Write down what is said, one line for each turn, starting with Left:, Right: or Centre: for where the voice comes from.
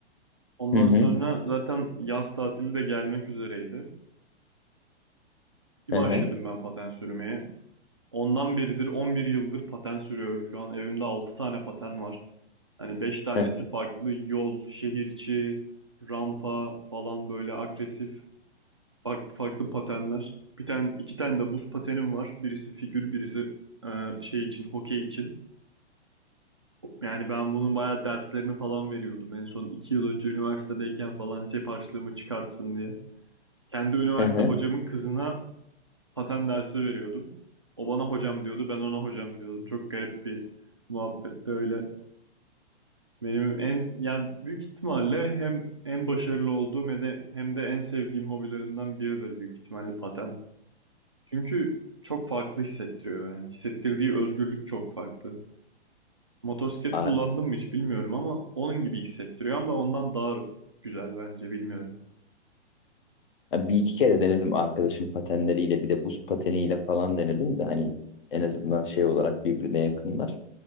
Right: Ondan
Left: Hı hı.
Right: sonra zaten yaz tatili de gelmek üzereydi. Bir
Left: Hı
Right: başladım
Left: hı.
Right: ben paten sürmeye. Ondan beridir 11 yıldır paten sürüyorum şu an. Evimde 6 tane paten var. Hani 5 tanesi
Left: Hı
Right: farklı yol, şehir içi, rampa falan böyle agresif farklı farklı patenler. Bir tane iki tane de buz patenim var. Birisi figür, birisi e, şey için, hokey için. Yani ben bunun bayağı derslerini falan veriyordum. En son 2 yıl önce üniversitedeyken falan cep harçlığımı çıkartsın diye. Kendi üniversite
Left: hı. hı.
Right: hocamın kızına paten dersi veriyordum. O bana hocam diyordu, ben ona hocam diyordum. Çok garip bir muhabbetti öyle. Benim en yani büyük ihtimalle hem en başarılı olduğum hem de hem de en sevdiğim hobilerimden biridir büyük ihtimalle paten. Çünkü çok farklı hissettiriyor yani. Hissettirdiği özgürlük çok farklı. Motosiklet
Left: Aa,
Right: kullandım mı hiç bilmiyorum ama onun gibi hissettiriyor ama ondan daha güzel bence bilmiyorum.
Left: bir iki kere denedim arkadaşım patenleriyle bir de buz pateniyle falan denedim de hani en azından şey olarak birbirine yakınlar.